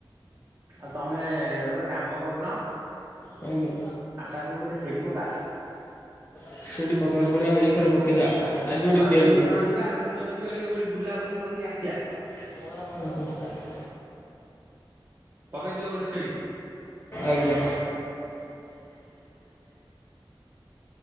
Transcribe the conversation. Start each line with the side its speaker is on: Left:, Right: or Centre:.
Right: ଆଉ ତମେ ଗୋଟେ କାମ କରୁନ
Left: ଆଜ୍ଞା
Right: ଆକାଶରୁ ଗୋଟେ ସିଢୀ ପକା?
Left: ସିଡି ପକେଇବାକୁ ପଡିବ ଏଇଥର ପ କେଇଦବା ଆ ଆଜି ଗୋଟେ
Right: ହଁ ଆମେ
Left: ତିଆରି
Right: ଦି
Left: କରିବା
Right: ଜଣ ଯିବା ଆମେ ଦି ଜଣ ଯିବା ଟିକେ କୋଉଠି ବୁଲାବୁଲି କରିକି ଆସିବା।
Left: <inaudible>
Right: ପକେଇ ଦିଅ ଗୋଟେ ସିଢି?
Left: ଆଜ୍ଞା।